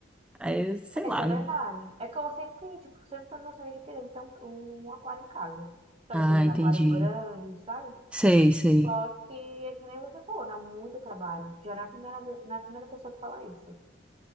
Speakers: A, in the centre; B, on the right (about 30°).
A: Aí, sei
B: É,
A: lá.
B: isso é
A: né?
B: verdade. É que eu sempre, tipo, sempre fui noção de querer ter um, um aquário em casa. Sabe
A: Ah,
B: aqueles
A: entendi.
B: aquários grandes, sabe?
A: Sei, sei.
B: Só que é que nem você falou, dá muito trabalho. Já na primeira, vez- na primeira pessoa que fala isso.